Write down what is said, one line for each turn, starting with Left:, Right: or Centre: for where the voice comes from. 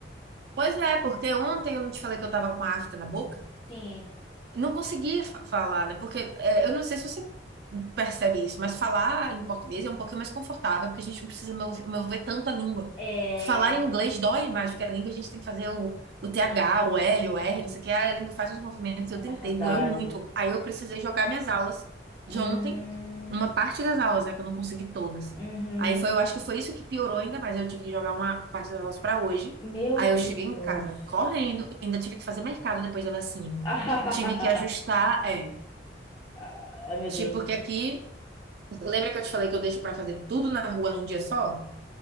Right: Pois é, porque ontem eu não te falei que eu tava com a afta na boca?
Left: Sim,
Right: não conseguia fa- falar, né? Porque é, eu não sei se você percebe isso, mas falar em português é um pouquinho mais confortável, porque a gente não precisa meu- mover tanta língua.
Left: é,
Right: Falar em inglês dói mais, porque a língua a gente tem que fazer o, o TH,
Left: sim,
Right: o L, o R, não sei o que, a língua faz uns movimentos,
Left: verdade.
Right: eu tentei, doeu muito. Aí eu precisei jogar minhas aulas
Left: Hum,
Right: de ontem, uma parte das aulas, né, que eu não consegui todas.
Left: uhum.
Right: Aí foi, eu acho que foi isso que piorou ainda mais, eu tive que jogar uma parte das aulas para hoje.
Left: Meu
Right: Aí
Left: Deus.
Right: eu cheguei em casa correndo, ainda tive que fazer mercado depois da vacina.
Left: <laughs>
Right: Tive que ajustar, é.
Left: Ah, ah, meu
Right: Tipo,
Left: Deus.
Right: porque aqui, lembra que eu te falei que eu deixo pra fazer tudo na rua num dia só?